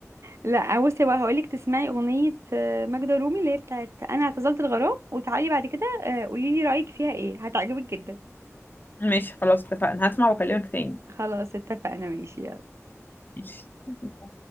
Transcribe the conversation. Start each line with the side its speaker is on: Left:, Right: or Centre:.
Right: لا بصي بقى هقولك تسمعي اغنيه آه، ماجدة رومي اللي هي بتاعت انا اعتزلت الغرام وتعالي بعد كده آه، قولي لي رايك فيها ايه هتعجبك جدا
Left: <laughs> ماشي خلاص اتفقنا هسمع واكلمك تاني
Right: خلاص اتفقنا ماشي يلا
Left: ماشي